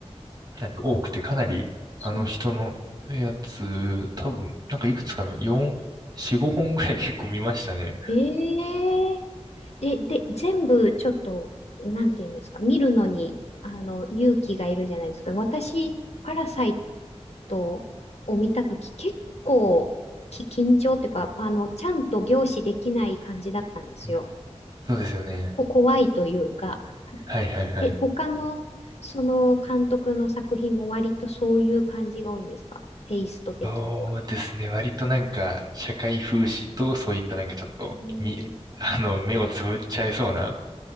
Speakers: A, on the right; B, on the left.
A: なんか多くて、かなり、
B: そう。
A: あの人のやつ、多分、なんかいくつか見、4、4、5本ぐらい <laughs> 結構見ましたね。
B: えー、え、で、全部ちょっと、なんていうんですか、見るのに、あの、勇気がいるじゃないですか。私、パラサイトを見たとき、結構き、緊張っていうか、あの、ちゃんと凝視できない感じだったんですよ。
A: うんそうですよね。
B: こ、怖いというか、
A: はいはいはい。
B: え、他の、その監督の作品も割とそういう感じが多いんですかテイスト的には。
A: そうですね。割となんか、社会風刺と、そういったなんかちょっと、
B: うん。
A: み、<laughs> あの、目をつむっちゃいそうな、